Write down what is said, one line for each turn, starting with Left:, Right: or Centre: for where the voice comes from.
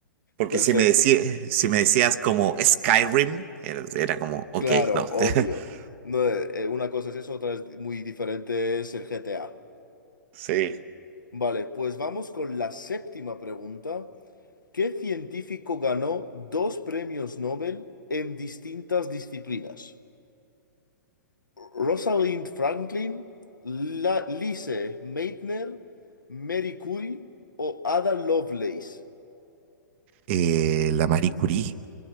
Right: Porque
Left: Perfecto,
Right: si me decías, si me decías como Skyrim, era, era como,
Left: claro,
Right: ok, no.
Left: obvio.
Right: <laughs>
Left: No, eh, eh, una cosa es eso, otra es muy diferente es el GTA.
Right: Sí.
Left: Vale, pues vamos con la séptima pregunta. ¿Qué científico ganó dos premios Nobel en distintas disciplinas? Rosalind Franklin, La Lise Meitner, Mary Curie o Ada Lovelace.
Right: Eh, la Marie Curie.